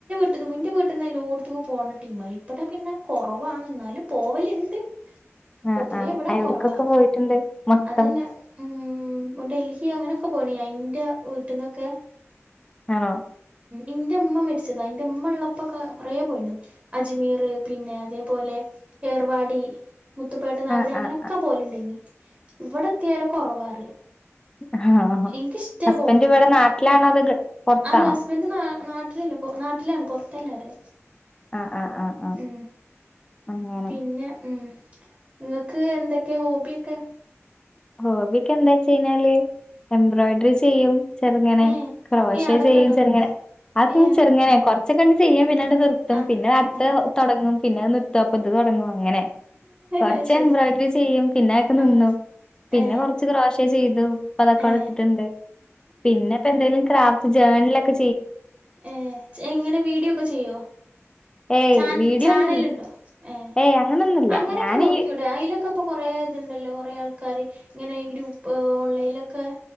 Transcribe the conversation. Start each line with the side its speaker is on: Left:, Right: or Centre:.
Right: എന്റെ വീട്ടിൽന്നല്ലോ എല്ലോടത് ത്തുംക്കും പോകണ ടീം ഇവടെ പിന്നെ കുറവാണ് എന്നാലും പോവലുണ്ട്
Left: ആഹ് ആഹ്
Right: പൊതുവേ
Left: ആഹ്
Right: ഇവിടെ
Left: എവിടക്കൊക്കെ
Right: കുറവാ
Left: പോയിട്ടുണ്ട് മൊത്തം
Right: അതന്നെ ഉ ഉ ഡൽഹി അങ്ങനെയൊക്കെ പോയിണ ഞാൻ ഇന്റെ വീട്ടിൽന്നൊക്കെ
Left: ആണോ
Right: ഇന്റെ ഉമ്മ മരിച്ചതാ എന്റെ ഉമ്മ ഉള്ളപ്പോൊക്കെ കൊറ പോയിണ് അജ്മീർ പിന്നെ അത തുപോലെ ഏർവാടി മുത്തുപേട്ട നാഗൂരം
Left: ആഹ്
Right: അങ്ങനെയൊക്കെ
Left: ആഹ്
Right: പോലെുണ്ട് ഇനി ഇവിടെത്തിയാല കൊറവാ
Left: ആഹ് ആഹ്
Right: എനിഷട്ടാ
Left: ഹസ്ബൻഡ്
Right: പോണത്
Left: ഇവിടെ നാട്ടിലാണോ അതോ പൊറത്താണോ
Right: അല്ല ഹസ്ബൻഡ് നാ നാട്ട നാട്ടിലല്ല നാട്ടിലാണ് പുറത്തല്ലാര്
Left: ആഹ് ആഹ് ആഹ് ആഹ്
Right: ഉ
Left: അങ്ങനെ
Right: പിന്നെ ഉം നിങ്ങൾക്ക് എന്തൊക്കെ ഹോബിയൊക്കെ
Left: ഹോബിയക്കെ എന്താച്ചിഞ്ഞാല് എംബ്രോയിഡറി ചെയ്യും ചെറിങ്ങനെ
Right: ഏ
Left: ക്രോശ
Right: ഏ അതൊക്കെ
Left: ചെയ്യും
Right: ഇണ്ടോ
Left: ചെറിങ്ങനെ ആക്ക
Right: ഏ
Left: ചെറുങ്ങനെ കൊറച്ചൊക്കെ അങ്ങ്ചെയ്യാൻ പിന്നെ അണ്ട് നിർത്തും
Right: ആ
Left: പിന്നെ അടുത്ത്
Right: ഏ
Left: തുടങ്ങും പിന്നെ അത് നിർത്തപ്പ തുടങ്ങും അങ്ങനെ കുറച്ച്
Right: അത് ശരി
Left: എംബ്രോയിഡറി ചെയ്യും പിന്നെ ഒക്കെ നിന്നു
Right: ആ
Left: പിന്നെ
Right: ഏ
Left: കൊറച്ച് ക്രോശ ചെയ്തു പതൊക്കെടെ
Right: ഏ
Left: ഇത്തിട്ടുണ്ട് പിന്നെ ഇപ്പ എന്തായാലും ക്രാഫ്റ്റ് ജേണല ഒക്കെ
Right: ഏർ എങ്ങനെ വീഡിയോ ഒക്കെ ചെയ്യോ
Left: ഏയ്
Right: ച
Left: വീഡിയോ
Right: ചാനല
Left: ഒന്നുല്ല.
Right: ഉണ്ടോ ഏ
Left: ഏയ് അങ്ങനൊന്നുല്ല
Right: അങ്ങനെയൊക്കെ
Left: ഞാനീ
Right: നോക്കിട അതിലൊെ ഇപ്പൊ കൊറേ ഇതുണ്ടല്ലോ കൊറേ ആൾക്കാര് ഇങ്ങനെ ഗ്രൂപ്പ് ഓൺലൈനിലൊക്കെ